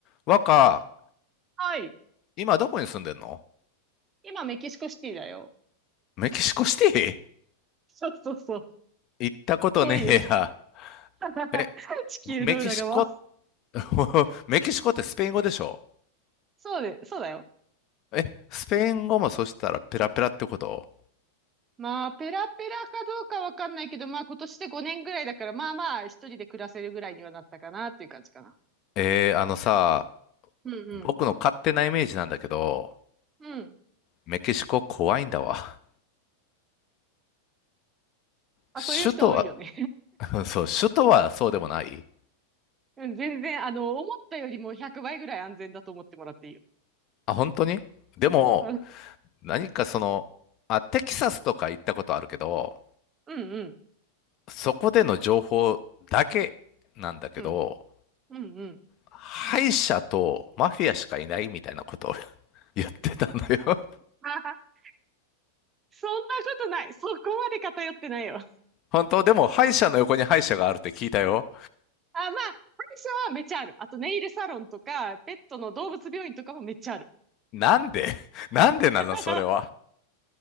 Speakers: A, on the left; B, on the right.
A: 若、
B: はい。
A: 今どこに住んでんの
B: 今、メキシコシティだよ。
A: メキシコシテ
B: そうそうそう。
A: ィ行ったことねえや。
B: 遠いよね。<laughs>
A: え、
B: 地球の裏側。
A: メキシコ、<laughs> メキシコってスペイン語でしょ
B: そうで、そうだよ。
A: え、スペイン語もそしたらペラペラってこと
B: まあ、ペラペラかどうかわかんないけど、まあ、今年で5年ぐらいだから、まあまあ、一人で暮らせるぐらいにはなったかなっていう感じかな。
A: えー、あのさ、
B: うんうん。
A: 僕の勝手なイメージなんだけど、
B: うん。
A: メキシコ怖いんだわ。
B: あ、
A: 首都は、
B: そういう人多いよね。
A: <laughs> そう、首都はそうでもない
B: <laughs> うん全然、あの、思ったよりも100倍ぐらい安全だと思ってもらっていいよ。
A: あ、本当にでも、
B: うん
A: 何かその、あ、テキサスとか行ったことあるけど、
B: うんうん。
A: そこでの情報だけなんだけど、
B: うんうんうん。
A: 敗者とマフィアしかいないみたいなことを <laughs> 言ってたのよ。
B: あはは <laughs> そんなことない。そこまで偏ってないよ。
A: 本当でも敗者の横に敗者があるって聞いたよ。
B: あ、まあ、歯医はめっちゃある。あと、ネイルサロンとか、ペットの動物病院とかもめっちゃある。
A: なんでなんでなのそれは。
B: <laughs>